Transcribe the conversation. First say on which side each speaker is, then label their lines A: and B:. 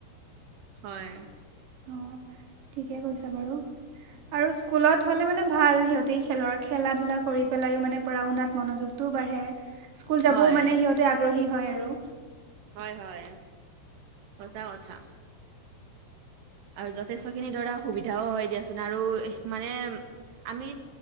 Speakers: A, on the right; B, on the right.
A: হয়।
B: অঁ ঠিকে কৈছা বাৰু। আৰু স্কুলত হ'লে মানে ভাল, সিহঁতে খেলৰ খেলা ধূলা কৰি পেলাইো মানে পঢ়া শুনাত মনোযোগ তো বাঢ়ে স্কুল যাবওঁ
A: হয়
B: মানে সিহঁতে আগ্ৰহী হয় আৰু।
A: হয়, হয়। সঁচা কথা। আৰু যথেষ্টখিনি ধৰা সুবিধাও হয় দিয়াচোন। আৰু মানে আমি